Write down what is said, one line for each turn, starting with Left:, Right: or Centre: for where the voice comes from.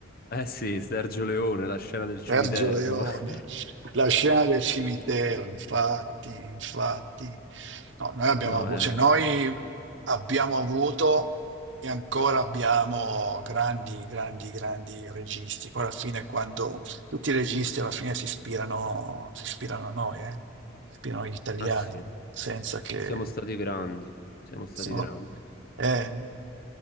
Left: Eh sì, Sergio Leone, la scena del cimitero.
Right: Sergio Leone,
Left: <laughs>
Right: la scena del cimitero, infatti, infatti. No, noi abbiamo
Left: No,
Right: avuto,
Left: eh,
Right: cioè noi abbiamo avuto e ancora abbiamo grandi, grandi, grandi registi. Poi alla fine, quando tutti i registi alla fine si ispirano, si ispirano a noi, eh? Si ispirano agli italiani,
Left: eh sì,
Right: senza che
Left: siamo stati grandi, siamo stati
Right: siamo,
Left: grandi.
Right: eh,